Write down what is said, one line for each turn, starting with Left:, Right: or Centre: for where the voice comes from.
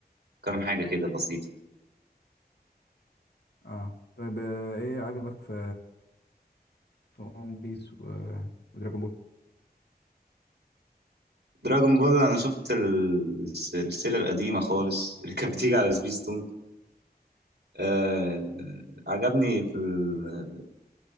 Right: كام حاجة كده بسيطة
Left: اه طيب آه ايه عجبك في في ون بيس و... ودراجون بول
Right: دراجون بول أنا شفت ال- السلسلة القديمة خالص اللي كانت بتيجي على سبيستون آه عجبني في ال...